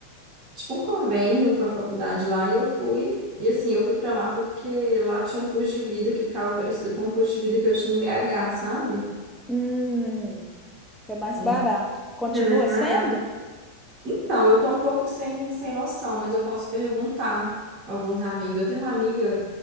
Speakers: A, on the right; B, in the centre.
A: tipo um convênio com a faculdade lá e eu fui. E assim, eu fui pra lá porque lá tinha um curso de vida que ficava parecido com o curso de vida que eu tinha em BH, sabe?
B: hum, é mais
A: Hum.
B: barato. Continua
A: Que É mais barato.
B: sendo?
A: Então, eu tô um pouco sem, sem noção, mas eu posso perguntar a alguns amigos. Eu tenho uma amiga